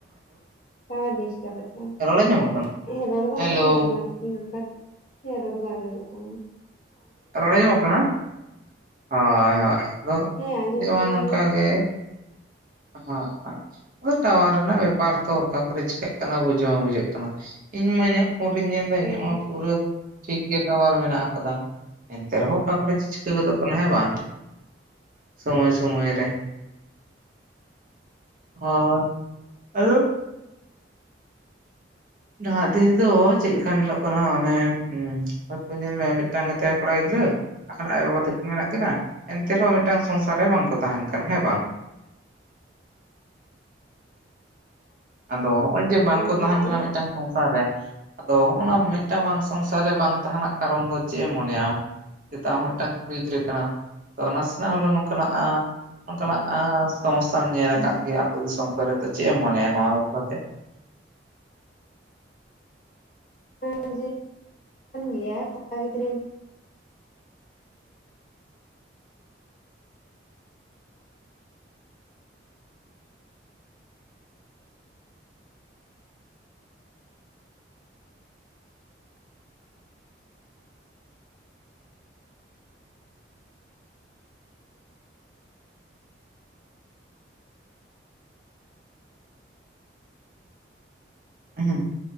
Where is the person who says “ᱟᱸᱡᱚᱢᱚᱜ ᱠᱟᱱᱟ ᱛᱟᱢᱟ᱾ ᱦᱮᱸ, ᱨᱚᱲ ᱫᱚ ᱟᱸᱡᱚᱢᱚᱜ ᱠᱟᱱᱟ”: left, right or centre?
Left